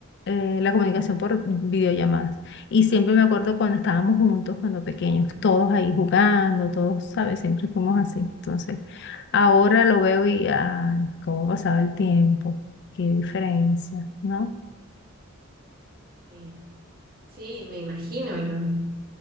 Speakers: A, on the left; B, on the right.
A: eh, la comunicación por videollamadas. Y siempre me acuerdo cuando estábamos juntos, cuando pequeños, todos ahí jugando, todos, ¿sabes? Siempre fuimos así. Entonces, ahora lo veo y, ay, cómo pasaba el tiempo, qué diferencia, ¿no?
B: Sí, Sí, me imagino. ¿no?